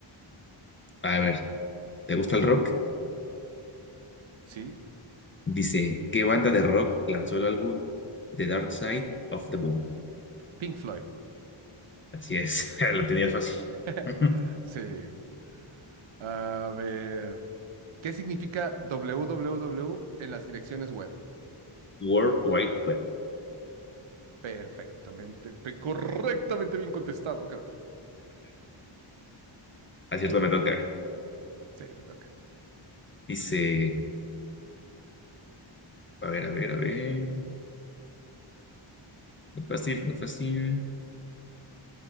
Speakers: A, on the left; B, on the right.
A: A ver, ¿te gusta el rock?
B: Sí,
A: Dice, ¿qué banda de rock lanzó el álbum The Dark Side of the Moon?
B: Pink Floyd.
A: Así es, <laughs> lo tenías fácil.
B: <laughs>
A: <laughs>
B: Sí. A ver, ¿qué significa www en las direcciones web?
A: World Wide Web.
B: Perfectamente, pe- correctamente bien contestado, caballero.
A: Acierto,
B: A ver,
A: me toca.
B: sí, te toca.
A: Dice, a ver, a ver, a ver. Muy fácil, muy fácil.